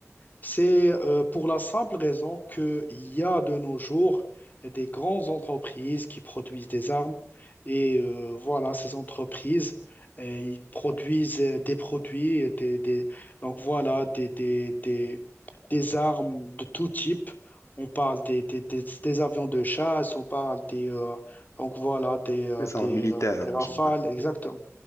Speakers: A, on the left; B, on the left.
A: C'est euh, pour la simple raison qu'il y a de nos jours des grandes entreprises qui produisent des armes et euh, voilà, ces entreprises, euh, ils produisent euh, des produits, des, des- donc voilà, des, des, des, des armes de tout type. On parle des, des, des, des avions de chasse, on parle des, euh, donc voilà, des, euh,
B: Les armes
A: des,
B: militaires
A: euh, des
B: en
A: rafales,
B: général.
A: exactement.